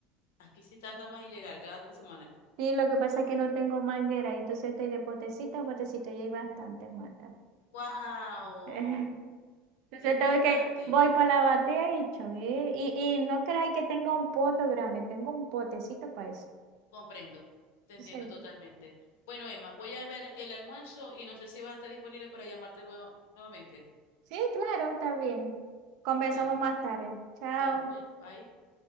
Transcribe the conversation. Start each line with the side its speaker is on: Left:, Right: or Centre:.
Left: Aquí sí tarda más en llegar, cada tres semanas.
Right: sí lo que pasa es que no tengo manguera y entonces estoy de potecita a potecita y hay bastantes matas.
Left: ¡Wow!
Right: <laughs> Entonces
Left: Es bastante.
Right: tengo que, voy para la batea y cho, y, y, y no creáis que tengo un poto grande, tengo un potecito para eso.
Left: Comprendo, te entiendo
Right: Entonces,
Left: totalmente. Bueno, Emma, voy a ver el almuerzo y no sé si vas a estar disponible para llamarte luego nuevamente.
Right: sí, claro, está bien. Conversamos
Left: Dale,
Right: más tarde. Chao.
Left: dale, pues, bye.